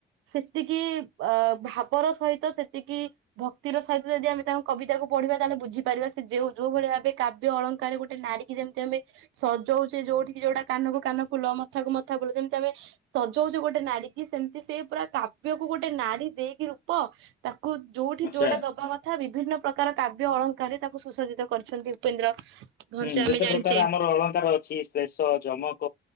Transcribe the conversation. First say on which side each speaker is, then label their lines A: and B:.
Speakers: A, on the right; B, on the left.
A: ସେତିକି ଅ ଭାବର ସହିତ ତ ସେତିକି ଭକ୍ତିର ସହିତ ଯଦି ଆମେ ତାଙ୍କ କବିତାକୁୁ ପଢିବା ତାହେଲେ ବୁଝିପାରିବା ସେ ଯଉ ଯୋଉ ଭଳି ଭାବେ କାବ୍ୟ ଅଳଙ୍କାରାରେ ଗୋଟେ ନାରୀ କି ଯେମିତି ଆମେ ସଜଉଛେ ଯୋଉଠ କିି ଯୋଉଟା କାନ କକୁ କାନ ଫୁଲ ମଥାକୁ ମଥା ଫୁଲ ସେମିତି ଆମେ ସଜଉଛେ ଗୋଟେ ନାରୀ କି ସେମିତି ସେଇ ପୁରା କାବ୍ୟକୁ ଗୋଟେ ନାରୀ ଦେଇକି ରୂପ ତାକୁ ଯୋଉଠି
B: ଆଚ୍ଛା
A: ଯୋଉଟାବା କଥା ବି <unintelligible> ପ୍ରକାର କାବ୍ୟ ଅଳଙ୍କାର ତାକୁ ସୁସଜିତ କରିଛନ୍ତି ଉପେନ୍ଦ୍ର ଭଞ୍ଚ
B: ହୁଁ ଯେତେ
A: ଆମେ ଜାଣିଛେ
B: ପ୍ରକାର ଆମର ଅଳଙ୍କାର ଅଛି ଶ୍ଲେଷ ଯମକ